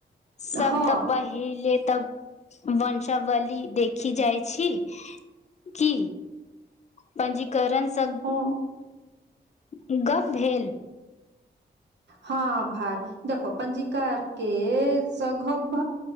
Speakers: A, on the left (about 35°); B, on the right (about 65°).
A: सब
B: हँ
A: तऽ पहि। एहिले तऽ वंशावली देखी जाइ छी। की पंजीकरण सब।
B: हँ
A: ईगप भेल।
B: हँ भाई देखो पंजीकार के सँ गप